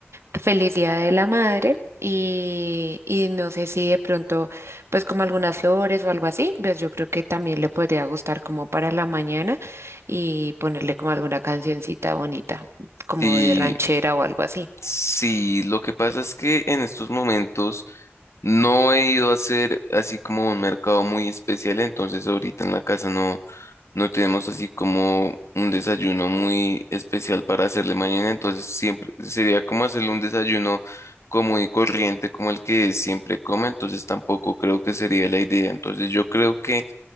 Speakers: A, on the right; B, on the left.
A: feliz Día de la Madre. Y, y no sé si de pronto, pues como algunas flores o algo así, pues yo creo que también le podría gustar como para la mañana y ponerle como alguna cancioncita bonita, como
B: Sí,
A: de ranchera o algo así.
B: Sí, lo que pasa es que en estos momentos no he ido a hacer así como un mercado muy especial, entonces ahorita en la casa no, no tenemos así como un desayuno muy especial para hacerle mañana, entonces siempre sería como hacerle un desayuno común y corriente como el que siempre come, entonces tampoco creo que sería la idea, entonces yo creo que